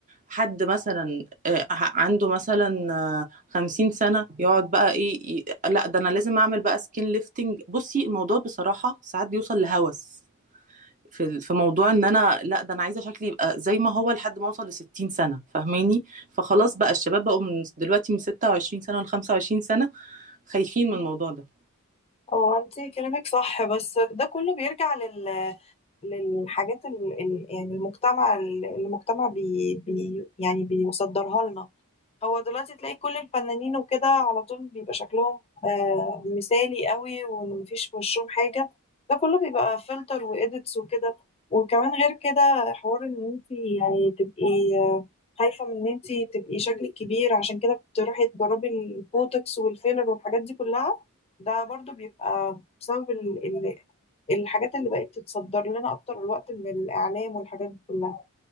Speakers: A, on the right; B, on the left.
A: حد مثلا آه، ع- عنده مثلا آه، خمسين سنة يقعد بقى ايه ي- لا ده انا لازم اعمل بقى سكين ليفتنج بصي الموضوع بصراحة ساعات بيوصل لهوس في ال- في موضوع ان انا لا ده انا عايزة شكلي يبقى زي ما هو لحد ما اوصل لستين سنة فاهماني فخلاص بقى الشباب بقوا من دلوقتي من ستة وعشرين سنة لخمسة وعشرين سنة خايفين من الموضوع ده
B: اه انت كلامك صح بس ده كله بيرجع لل... للحاجات ال... ال... يعني المجتمع اللي المجتمع بي... بي... يعني بيصدرها لنا هو دلوقتي تلاقي كل الفنانين وكده على طول بيبقى شكلهم آه مثالي قوي ومفيش في وشهم حاجة ده كله بيبقى فلتر وإيديتس وكده وكمان غير كده حوار إن أنت يعني تبقي آه، خايفة من إن أنت تبقي شكلك كبير عشان كده بتروحي تجربي البوتوكس والفيلر والحاجات دي كلها ده برضو بيبقى بسبب ال ال الحاجات اللي بقت تتصدر لنا أكتر الوقت من الإعلام والحاجات دي كلها